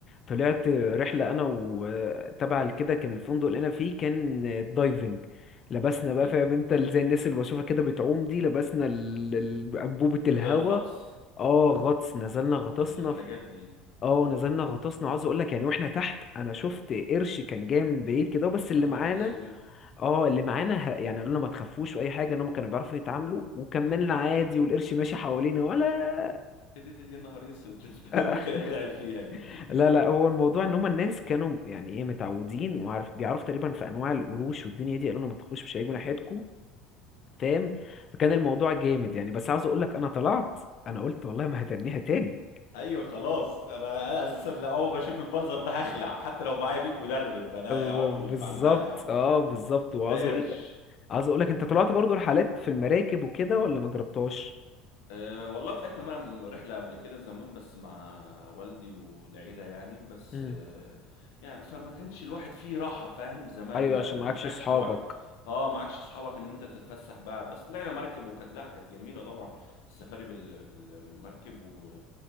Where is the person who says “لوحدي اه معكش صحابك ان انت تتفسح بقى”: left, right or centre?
Left